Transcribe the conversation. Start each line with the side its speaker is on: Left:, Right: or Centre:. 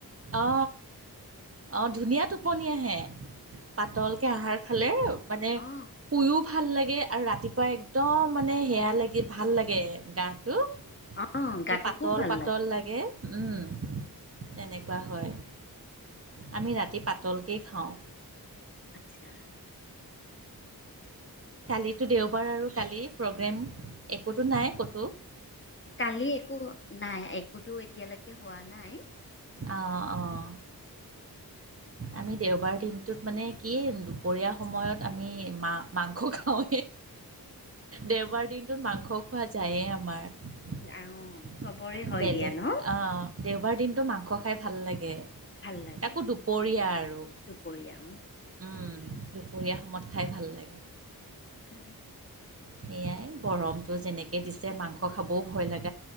Right: অ অ ধুনীয়া টোপনি আহে পাতল কে আহাৰ খালে মানে
Left: অ
Right: শুইও ভাল লাগে আৰু ৰাতিপুৱা একদম মানে সেয়া লাগি ভাল লাগে গাটো
Left: অ
Right: এতিয়া
Left: গাটো
Right: পাতল
Left: খুব ভাল
Right: পাতল লাগে উম তেনেকে হয়, আমি ৰাতি পাতলকেই খাওঁ।
Left: আচ্ছা।
Right: কালিতো দেওবাৰ আৰু কালি প্ৰগ্ৰেম একোতো নাই ক
Left: কালি একো নাই একোতো এতিয়ালৈকে হোৱা নাই।
Right: অঁ অঁ। আমি দেওবাৰ দিনটোত মানে কি দুপৰীয়া সময়ত আমি মা মাংস খাওঁ। দেওবাৰ দিনটোত মাংস খোৱা যায়েই আমাৰ। বেলেগ
Left: আৰু চবৰে হয় দিয়া ন
Right: আহ দেওবাৰ দিনটো মাংস খাই ভাল লাগে।
Left: ভাল লাগে
Right: তাকো দুপৰীয়া আৰু
Left: দুপৰীয়া।
Right: উম, দুপৰীয়া সময়ত খাই ভাল লাগে।
Left: হম।
Right: সেয়াই গৰমটো যেনেকে দিছে মাংস খাবও ভয় লাগে।